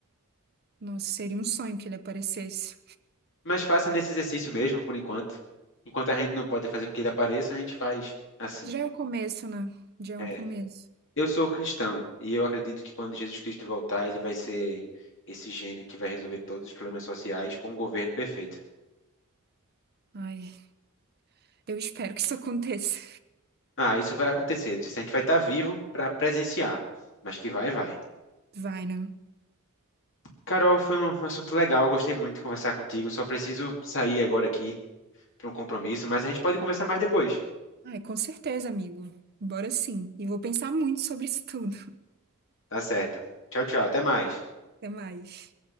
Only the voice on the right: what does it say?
Nossa, seria um sonho que ele aparecesse.
Já é o começo, né? Já é
um começo.
Ai, eu espero que isso <laughs> aconteça.
Vai, né?
Ai, com certeza, amigo. Bora sim. E vou pensar muito sobre isso tudo.
Até mais.